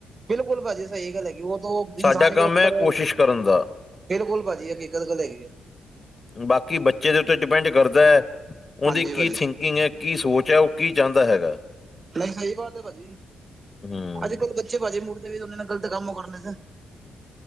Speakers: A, on the right; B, on the left.
A: ਬਿਲਕੁਲ ਭਾਜੀ ਸਈ ਗੱਲ ਹੈਗੀ ਵੋ ਤੋ ਇਨਸਾਨ
B: ਸਾਡਾ
A: ਕੇ
B: ਕੰਮ
A: ਉੱਪਰ
B: ਹੈ ਕੋਸ਼ਿਸ਼ ਕਰਨ ਦਾ
A: ਬਿਲਕੁਲ ਭਾਜੀ ਹਕੀਕਤ ਗੱਲ ਹੈਗੀ ਆ।
B: ਬਾਕੀ ਬੱਚੇ ਦੇ ਉੱਤੇ ਡਿਪੈਂਡ ਕਰਦਾ ਐ
A: ਹਾਂਜੀ
B: ਓਦੀ ਕੀ
A: ਭਾਜੀ
B: ਥਿੰਕ ਕਿਂਗ ਐ, ਕੀ ਸੋਚ ਐ, ਓ ਕੀ ਚਾਓਂਦਾ ਹੈਗਾ।
A: ਨਈ ਸਈ ਬਾਤ ਐ ਭਾਜੀ
B: ਹੂੰ
A: ਆੱਜ-ਕੱਲ ਬੱਚੇ ਭਾਜੀ ਮੁੜ ਦੇ ਵੀ ਓਨਾਂ ਨੇ ਗ਼ਲਤ ਕੰਮ ਕਰਨੇ ਸੇ।